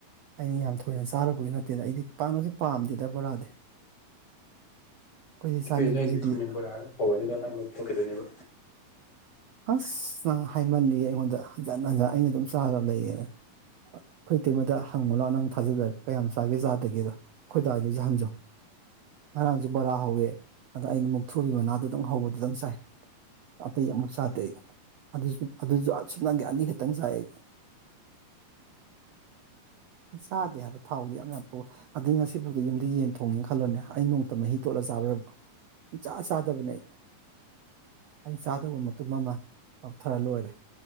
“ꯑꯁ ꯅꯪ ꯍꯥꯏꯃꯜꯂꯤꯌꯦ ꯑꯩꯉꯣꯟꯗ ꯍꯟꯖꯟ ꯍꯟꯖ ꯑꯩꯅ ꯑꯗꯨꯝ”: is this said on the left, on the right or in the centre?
Right